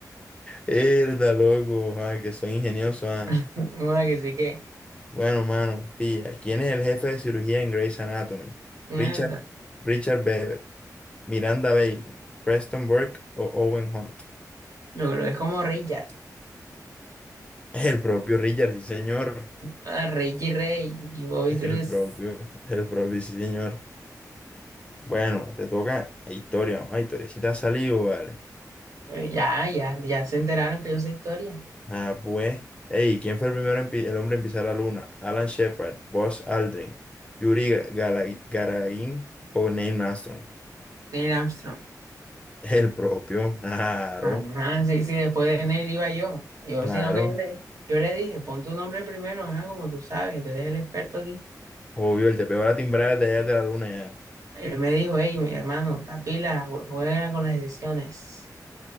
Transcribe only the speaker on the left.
Herda, loco, ah, que soy ingenioso. Ah.
Bueno, mano, pilla. ¿Quién es el jefe de cirugía en Grey's Anatomy?
Richard, Richard Bever, Miranda Bailey, Preston Burke o Owen Hunt.
El propio Richard, sí, señor.
El
propio, el propio, sí, señor. Bueno, te toca a historia, vamos a historia. Si te ha salido, vale.
Ah, pues. Ey, ¿quién fue el primero en pi- el hombre en pisar la luna? Alan Shepard, Buzz Aldrin, Yuri Ga- Gala- Gagarin o Neil Armstrong.
<laughs> El propio, claro,
claro.
Obvio, el te pegó la timbrada desde allá de la luna ya.